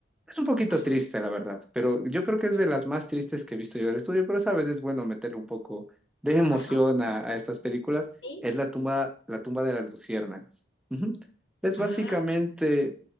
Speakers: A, in the centre; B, on the left (about 70°).
A: es un poquito
B: ajá,
A: triste, la verdad, pero yo creo que es
B: eh,
A: de las más tristes que he visto yo del estudio, pero sabes, es bueno meterle un poco de emoción
B: ajá,
A: a, a estas películas.
B: sí,
A: Es la tumba, la tumba de las luciérnagas. Ujú. Es
B: ah,
A: básicamente,